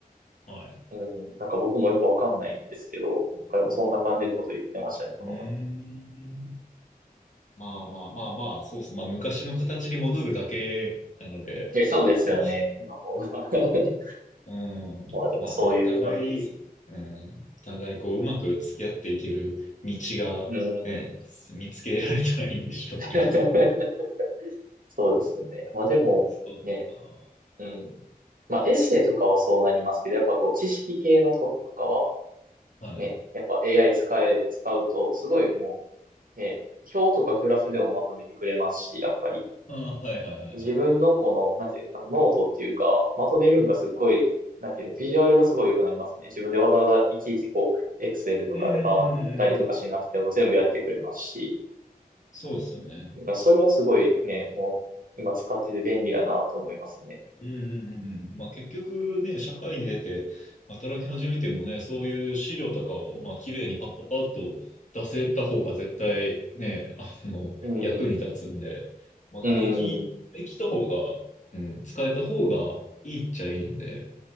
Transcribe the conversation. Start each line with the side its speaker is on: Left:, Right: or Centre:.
Left: はい。
Right: うん、なんか僕もよくわかんないんですけど、彼もそんな感じのこと言ってましたね、この前。
Left: うーん。まあまあまあまあ、そうっす。まあ昔の形に戻るだけなので、
Right: え、そうですよね。
Left: まあ、
Right: まあ、もう <laughs>
Left: <laughs> うん、
Right: まあでもそういう感じです
Left: まあね、お互い、うん、お互いこう、うまく付き合っていける道がね、
Right: ね。うん。
Left: 見つけられたらいいんでしょうけど。
Right: <laughs> そうですね。まあでも、
Left: そうか。
Right: ね、うん。まあエッセイとかはそうなりますけど、やっぱこう知識系のこととかは、
Left: はい。
Right: ね、やっぱ AI 使え、使うと、すごいもう、ね、表とかグラフでもまとめてくれますし、やっぱり
Left: ああ、はいはいはいはい。
Right: 自分のこの、なんていうか、ノートっていうか、まとめるんがすっごい、なんていうの、ビジュアルがすごい良くなりますね。自分でわざわざいちいちこう、Excel とかでバーって打ったりとかしなくても全部やってくれますし、
Left: うんうんうんうんうん。そうっすよね。
Right: だからそれはすごいね、もう今使ってて便利やなと思いますね。
Left: うんうんうんうん。まあ結局ね、社会に出て働き始めてもね、そういう資料とかを、まあ綺麗にパッパッパッと出せた方が絶対ね、あの、
Right: うん、
Left: 役に立つんで、まあでき、
Right: うん、
Left: できた方が、うん、使えた方がいいっちゃいいんで、